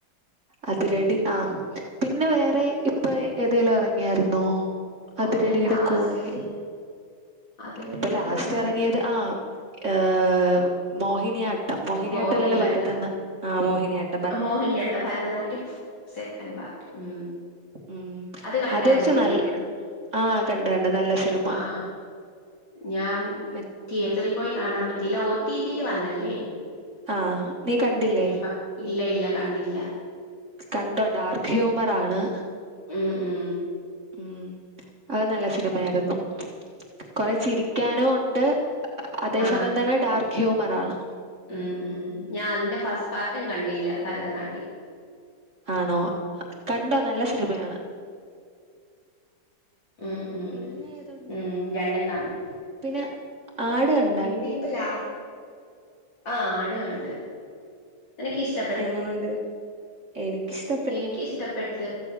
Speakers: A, on the right (about 40°); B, on the left (about 65°).
A: അതിരടി ആഹ്. പിന്നെ വേറെ ഇപ്പൊ ഏതേലും എറങ്ങിയാരുന്നോ? അതിരടീടെ
B: ഓഹ് ഞാൻ ലാസ്റ്റ്
A: കൂടെ.
B: അതിരടിയുടെ
A: ഇപ്പൊ ലാസ്റ്റ്
B: കൂടെ
A: എറങ്ങിയ ത് ആഹ്, ഈഹ് മോഹിനിയാട്ടം. മോഹിനിയാട്ടല്ലല്ലോ
B: മോഹിനിയാട്ടം
A: ഭരതനാ ആഹ് മോഹിനിയാട്
B: മോഹിനിയാട്ടം ഫരതനാട്യം സെക്കൻഡ് പാർട്ട് ഉം.
A: ഉം
B: കണ്ടായിരുന്നോ
A: അത് പക്ഷെ നല്ലെയായിരുന്നു.
B: നീ?
A: ആഹ് കണ്ട് കണ്ട്. നല്ല സിനിമ.
B: ആഹ് ഞാൻ
A: മ
B: തിയേറ്ററിൽ പോയി കാണാൻ പറ്റീല്ല. ഒ ടി ടി ല് വന്നല്ലേ?
A: ആഹ് നീ കണ്ടില്ലേ?
B: ഉം പ- ഇല്ല ഇല്ല കണ്ടില്ല.
A: കണ്ടോ ഡാർക്ക് ഹ്യൂമർ ആണ്.
B: ഉം ഉം.
A: ഉം അത് നല്ല സിനിമയായിരുന്നു. കൊറേ ചിരിക്കാനു ഉണ്ട്. അതേ
B: ആഹ്
A: സമയം തന്നെ ഡാർക്ക് ഹ്യൂമറാണ്.
B: ഉം ഉം. ഞാൻ അതിന്റെ ഫസ്റ്റ് പാർട്ടും കണ്ടില്ല ഭരതനാട്യം.
A: ആണോ? കണ്ടോ നല്ല സിനിമയാണ്.
B: ഉം ഉം
A: പിന്നെ ഏതുണ്ട്
B: ഉം. രണ്ടും കാണാം.
A: പിന്നെ ആട് കണ്
B: പിന്നെ ഇപ്പൊ ലാ, ആഹ് ആട് കണ്ട്. എനിക്കിഷ്
A: എങ്ങനുണ്ട്? എനിക്കിഷ്ട
B: എനിക്കിഷ്ടപ്പെട്ട്.